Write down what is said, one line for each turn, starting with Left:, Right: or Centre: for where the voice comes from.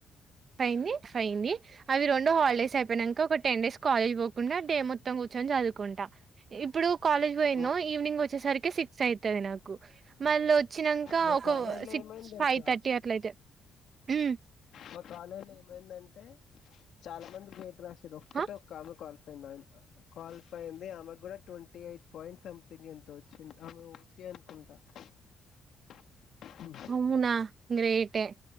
Right: ఫైని ఫైని అవి రెండు హాలిడేస్ అయిపోయ్నక ఒక టెన్ డేస్ కాలేజ్ పోకుండా డే మొత్తం కూర్చొన్ చదువుకొంట ఇప్పుడు కాలేజ్ పోయినో
Left: మా
Right: ఈవినింగ్ వచ్చేసరికి సిక్స్ అయితది నాకు మల్లోచ్చినంక
Left: మా
Right: ఒక
Left: కాలేజ్ లో
Right: సిక్స్
Left: ఏమైంది తెలుసా
Right: ఫైవ్ థర్టీ అట్ల అయితది హ్మ్
Left: మా కాలేజలో ఏమైందంటే చాలా మంది గేట్ రాశారు ఒక్కటే
Right: ఆ!
Left: ఒక్కమె క్వాలి <unintelligible> క్వాలిఫై అయింది ఆమెకు కూడా ట్వంటీ ఎయిట్ పాయింట్ సంథింగ్ ఎంతొ వచ్చింది అమె ఓసి అనుకుంటా
Right: <inaudible>
Left: ఉమ్
Right: అవునా గ్రేట్ టే